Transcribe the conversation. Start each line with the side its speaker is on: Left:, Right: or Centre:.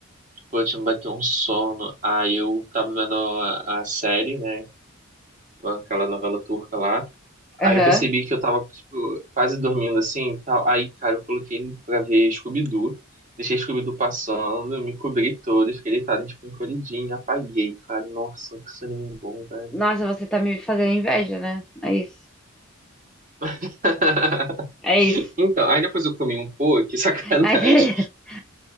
Right: Tipo, eu tinha me bateu um sono. Aí eu tava vendo a, a série, né? Aquela novela turca lá. Aí
Centre: aham.
Right: eu percebi que eu tava, tipo, quase dormindo assim e tal. Aí, cara, eu coloquei pra ver Scooby-Doo. Deixei Scooby-Doo passando, eu me cobri todo e fiquei deitado, tipo, encolhidinho. Apaguei, cara. Nossa, que soninho bom, velho.
Centre: Nossa, você tá me fazendo inveja, né? É isso.
Right: <laughs>
Centre: É isso.
Right: Então, aí depois eu comi um pô, que sacanagem.
Centre: Ai, <laughs>